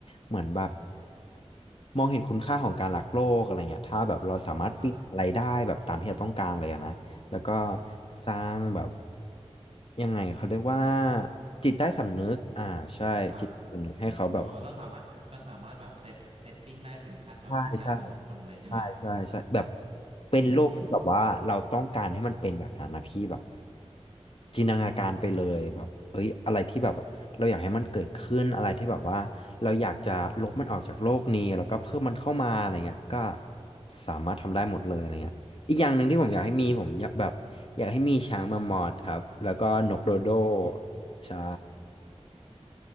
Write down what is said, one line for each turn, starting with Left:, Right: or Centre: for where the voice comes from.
Left: เหมือนแบบมองเห็นคุณค่าของการรักโลกอะไรเงี้ยถ้าแบบเราสามารถเปลี่ยนอะไรได้แบบตามที่เราต้องการเลยอะนะแล้วก็
Right: ครับอืม
Left: สร้างแบบยังไงเขาเรียกว่าจิตใต้สำนึกอ่าใช่จิตใต้สำนึกให้เขาแบบ
Right: ครับโอ้เราสามารถเราสามารถแบบเซตเซตติ้งได้ถึงขั้นแบบจิตใต้สำนึกคนเลยใช่ไหม
Left: ใช่ใช่ใช่ใช่ใช่แบบ
Right: อืม
Left: เป็นโลกที่แบบว่าเราต้องการให้มันเป็นแบบนั้นนะพี่แบบ จินตนาการไปเลยแบบเอ้ยอะไรที่แบบว่าเราอยากให้มันเกิดขึ้นอะไรที่แบบว่าเราอยากจะลบมันออกจากโลกนี้แล้วก็เพิ่มมันเข้ามาอะไรเงี้ยก็สามารถทำได้หมดเลยอะไรเงี้ยอีกอย่างหนึ่งที่ผมอยากให้มีผมอยากแบบอยากให้มีช้างมามอดครับแล้วก็นกโดโดใช่